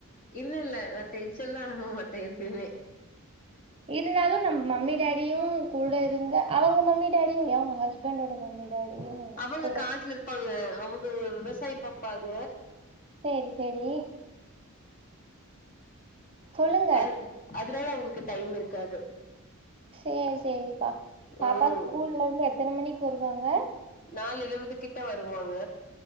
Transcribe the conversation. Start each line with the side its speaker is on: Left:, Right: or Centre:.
Left: இல்ல இல்ல நா டென்ஷன்ல ஆக மாட்ட எப்பிமே
Right: இருந்தாலு நம்ம மம்மி டேடியு கூட இருந்தா அவங்க மம்மி டேடியு அவங்க ஹஸ்பண்டோட மம்மி டாடியு
Left: அவங்க
Right: கூட
Left: காட்ல இருப்பாங்க அவங்க விவசாயம் பாப்பாங்க
Right: சேரி சேரி சொல்லுங்க
Left: அது அதனால அவங்களுக்கு டைம் இருக்காது
Right: சேரி சேரிப்பா பாப்பா
Left: ம்
Right: ஸ்கூல்ல இருந்து எத்தன மணிக்கு வருவாங்க
Left: நாலு இருவது கிட்ட வருவாங்க